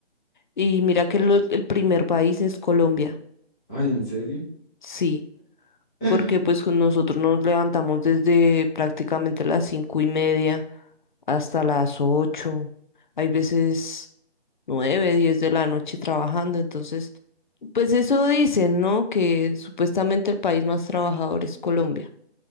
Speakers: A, on the left; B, in the centre.
A: Y mira que lo- el primer país es Colombia.
B: Ay, ¿en serio?
A: Sí,
B: <laughs>
A: porque pues con nosotros nos levantamos desde prácticamente las cinco y media hasta las ocho. Hay veces nueve, diez de la noche trabajando. Entonces, pues eso dicen, ¿no? Que supuestamente el país más trabajador es Colombia.